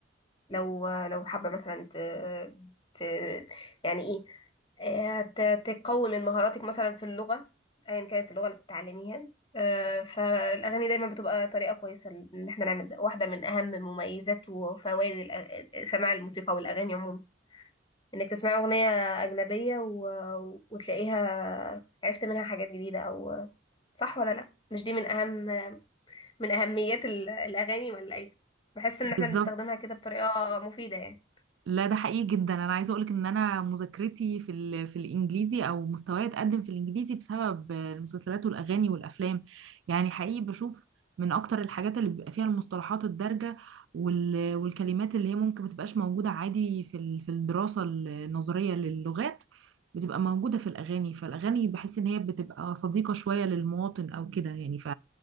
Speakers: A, on the left; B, on the right.
A: لو لو حابة مثلا ت... ت... يعني ايه آه، ت- تقوي من مهاراتك مثلا في اللغة ايا كانت اللغة اللي بتتعلميها آه، فالأغاني دايما بتبقى طريقة كويسة إن احنا نعمل ده واحدة من أهم مميزات وفوائد الأ- سماع الموسيقى والأغاني عموما إنك تسمعي أغنية أجنبية و... وتلاقيها عرفت منها حاجات جديدة أو صح ولا لأ مش دي من أهم من أهميات ال- الأغاني ولا إيه بحس إن
B: بالظبط
A: احنا بنستخدمها كده بطريقة مفيدة يعني
B: لا ده حقيقي جدا انا عايزه اقولك ان انا مذاكرتي في ال... في الانجليزي او مستواي اتقدم في الانجليزي بسبب المسلسلات والاغاني والافلام يعني حقيقي بشوف من اكتر الحاجات اللي بيبقى فيها المصطلحات الدارجه وال... والكلمات اللي هي ممكن ما تبقاش موجوده عادي في ال... في الدراسه النظريه للغات بتبقى موجوده في الاغاني فالاغاني بحس ان هي بتبقى صديقه شويه للمواطن او كده يعني ف